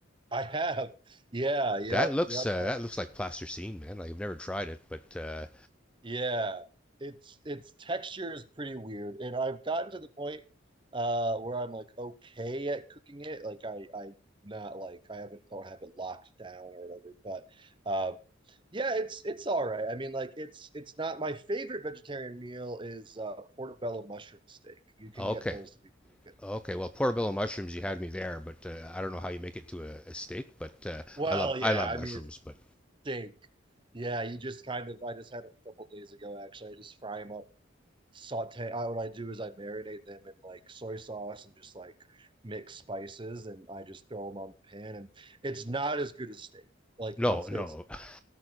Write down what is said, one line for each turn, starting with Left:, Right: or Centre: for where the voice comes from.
Right: I have. Yeah, yep,
Centre: That looks
Right: yep.
Centre: uh,
Right: I,
Centre: that looks like plasticine, man. Like, I've never tried it, but uh,
Right: Yeah, it's its texture is pretty weird, and I've gotten to the point uh where I'm like okay at cooking it. Like I I not like I haven't don't have it locked down or whatever, but um yeah, it's it's all right. I mean, like it's it's not my favorite vegetarian meal is uh portobello mushroom steak. You can
Centre: okay,
Right: get those to be pretty good.
Centre: okay. Well, portobello mushrooms, you had me there, but uh, I don't know how you make it to a, a steak. But uh,
Right: Well,
Centre: I love I
Right: yeah,
Centre: love
Right: I
Centre: mushrooms,
Right: mean it's
Centre: but
Right: steak. Yeah, you just kind of I just had them a couple days ago actually. I just fry them up saute. I, what I do is I marinate them in like soy sauce and just like mix spices, and I just throw them on the pan. And it's not as good as steak. Like
Centre: no,
Right: it's
Centre: no.
Right: it's,
Centre: <laughs>